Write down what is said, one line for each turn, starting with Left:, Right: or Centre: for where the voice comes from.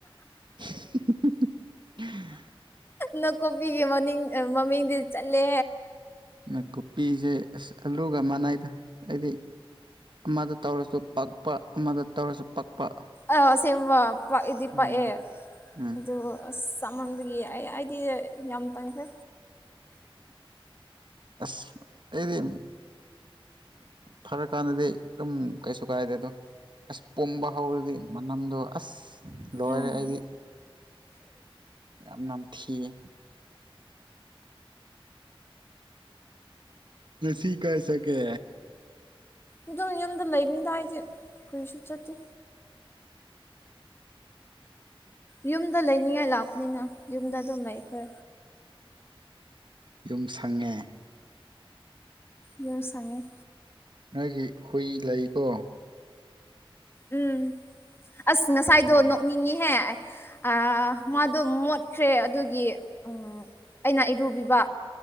Right: <unintelligible>
Left: ꯅꯥꯀꯣꯄꯤꯒꯤ ꯃꯅꯤꯡꯡ ꯃꯃꯤꯡꯗꯤ ꯆꯠꯂꯦ
Right: ꯅ ꯀꯨꯞꯄꯤꯁꯦ ꯑꯁ ꯑꯂꯨꯒ ꯃꯅꯥꯏꯗ ꯍꯥꯏꯗꯤ ꯑꯃꯗ ꯇꯧꯔꯁꯨ ꯄꯛꯄ ꯑꯃꯗ ꯇꯧꯔꯁꯨ ꯄꯛꯄ
Left: ꯑꯥꯁꯦꯡꯕ ꯄꯥꯛꯏꯗꯤ
Right: ꯎꯝ
Left: ꯄꯥꯛꯑꯦ
Right: ꯎꯝ
Left: ꯑꯗꯨ ꯑꯁ ꯆꯞ ꯃꯝꯒꯤ ꯑꯩ ꯑꯩꯗꯤ ꯌꯥꯝ ꯇꯟꯈ꯭ꯔꯦ
Right: ꯑꯁ ꯑꯩꯗꯤ ꯐꯔ ꯀꯥꯟꯗꯗꯤ ꯑꯗꯨꯝ ꯀꯩꯁꯨ ꯀꯥꯏꯗꯦ ꯑꯗꯣ ꯑꯁ ꯄꯣꯝꯕ ꯍꯧꯔꯗꯤ ꯃꯅꯝꯗꯣ ꯑꯁ ꯂꯣꯏꯔꯦ
Left: ꯎꯝ
Right: ꯑꯩꯗꯤ ꯌꯥꯝ ꯅꯝꯊꯤꯌꯦ ꯀꯁꯤ ꯀꯩꯁ ꯀꯦ
Left: ꯑꯗꯨꯝ ꯌꯨꯝꯗ ꯂꯩꯕꯤꯗꯥꯏꯗꯤ ꯀꯨꯔꯤꯁꯨ ꯆꯠꯇꯦ ꯌꯨꯝꯗ ꯂꯩꯅꯤꯡꯉꯥꯏ ꯂꯥꯛꯄꯅꯤꯅ ꯌꯨꯝꯗ ꯑꯗꯨꯝ ꯂꯩꯈ꯭ꯔꯦ
Right: ꯌꯨꯝ ꯁꯪꯉꯦ
Left: ꯌꯦꯔꯁꯉꯦ
Right: ꯅꯪꯒꯤ ꯍꯨꯏ ꯂꯩꯀꯣ
Left: ꯎꯝ ꯑꯁ ꯉꯁꯥꯏꯗꯣ
Right: ꯎꯝ
Left: ꯅꯣꯛꯅꯤꯡꯉꯍꯦ ꯑ ꯃꯥꯗꯣ ꯃꯣꯠꯈ꯭ꯔꯦ ꯑꯗꯨꯒꯤ ꯑꯥ ꯑꯩꯅ ꯏꯔꯨꯕꯤꯕ